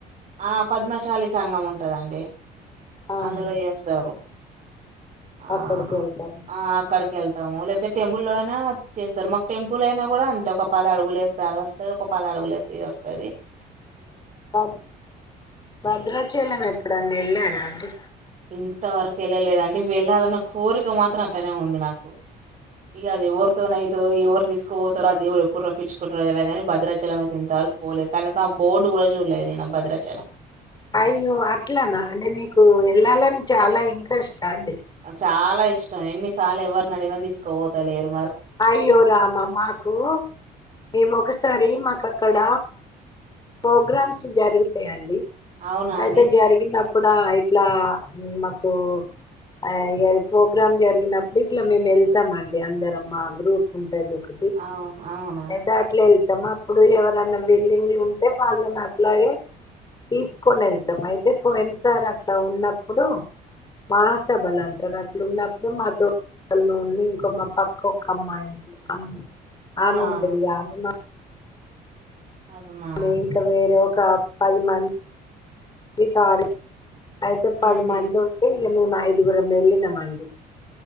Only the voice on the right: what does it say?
ఆ పది మం పద్మశాలి సంఘం ఉంటదండి
అందులో చేస్తారు. ఆ
ఆ అక్కడికి వెళ్తాము లేకపోతే టెంపుల్ లో అయినా చేస్తారు, మాకు టెంపుల్ అయినా కూడా అంతే ఒక పది అడుగులేస్తే అది వస్తాది, ఒక పది అడుగులేస్తే ఇది వస్త వస్తాది.
ఇంతవరకు వెళ్ళలేదండి వెళ్ళాలన్న కోరిక మాత్రం అట్లనే ఉంది నాకు ఇక అది ఎవరితోో అయితదో ఎవరు తీసుకపోతారో ఆ దేవుడు ఎప్పుడు రప్పించుకుంటారో లేలవదు కానీ భద్రాచలం అయితే వెళ్తా, పోలేదు కానీ ఆ బోర్డు కూడా చూడలేదు నేను భద్రాచలం
చాలా ఇష్టం ఎన్నిసార్లు ఎవరిని అడిగినా తీసుకో పోతలేరు,
అవునా
అండి
అవు అవునా
ఆ
అదమా
ఉహు